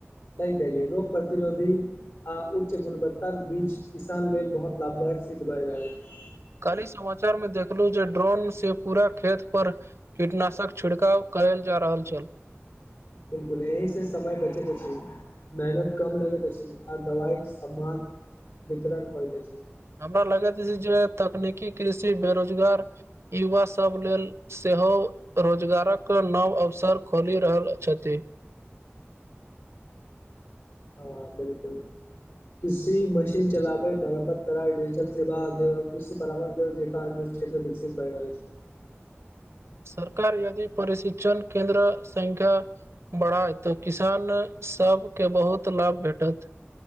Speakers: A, on the left (about 75°); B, on the right (about 70°).
A: सही कहलियै रोग प्रतिरोधी आ उच्च गुणवत्ताक बीच किसान लेल बहुत लाभदायक सिद्ध भय रहल अछि।
B: काल्हि समाचार मे देखलु जे ड्रोन से पुरा खेत पर कीटनाशक छिड़काव कयल जा रहल छल।
A: बिल्कुल एहिसँ समय बचैत अछि। मेहनत कम लगैत अछि आ दवाइक समान वितरण होइत अछि।
B: हमरा लगैत अछि जे तकनीकी कृषि बेरोजगार युबा सब लेल सेहो रोजगारक नव अवसर खोलि रहल अ छथि।
A: हँ हँ बिल्कुल। कृषि मशीन चलाबै मरम्मत कराय डिजिटल सेवा दे कृषि परामर्श अधिकार मे विकसित भइ रहल छै।
B: सरकार यदि परिशिक्षण केन्द्र संख्या बढ़ाय तो किसान सबके बहुत लाभ भेटत।